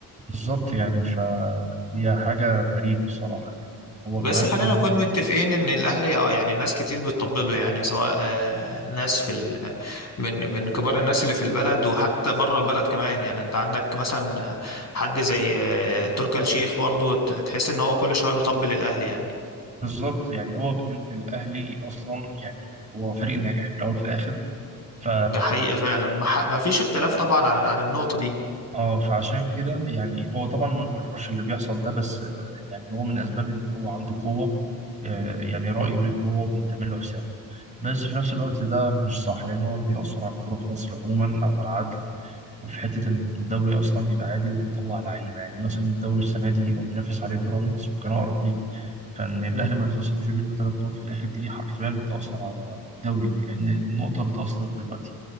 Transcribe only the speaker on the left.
بس
خلينا نكون متفقين ان الاهلي اه يعني ناس كتير بتطبله يعني سواء آه، ناس في ال... آه، من من كبار الناس اللي في البلد وحتى بره البلد كمان يعني انت عندك مثلا آه، حد زي آه، تركي آل الشيخ برضو ت- تحس ان هو كل شويه بيطبل الاهلي يعني
ده حقيقه فعلا ما ح- ما فيش اختلاف طبعا عن عن النقطه دي
مم.
مم.